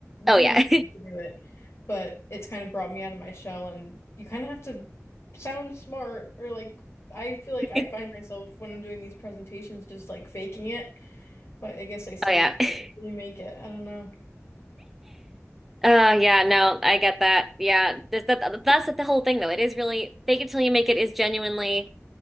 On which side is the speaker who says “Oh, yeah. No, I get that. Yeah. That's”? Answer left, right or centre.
Centre